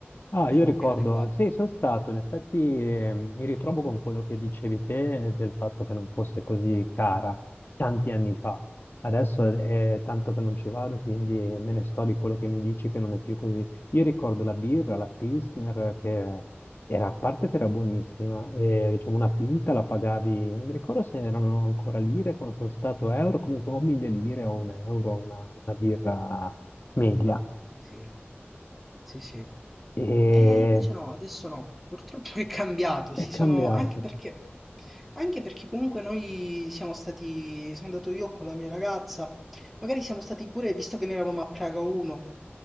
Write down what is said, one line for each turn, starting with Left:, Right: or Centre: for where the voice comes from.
Left: Ah,
Centre: sono
Left: io ricordo,
Centre: più adeguati.
Left: sì, sono stato, in effetti eh, mi ritrovo con quello che dicevi te eh, del fatto che non fosse così cara tanti anni fa. Adesso è tanto che non ci vado, quindi me ne sto di quello che mi dici che non è più così. Io ricordo la birra, la Pilsner, che era, a parte che era buonissima, e, diciamo una pinta la pagavi, non mi ricordo se erano ancora lire, quando sono stato euro, comunque o mille lire o un euro, una una birra media.
Centre: Sì, sì, sì.
Left: E
Centre: E invece no, adesso no, purtroppo è cambiato,
Left: è
Centre: si
Left: cambiato.
Centre: sono, anche perché, anche perché comunque noi siamo stati, sono andato io con la mia ragazza, magari siamo stati pure, visto che noi eravamo a Praga 1,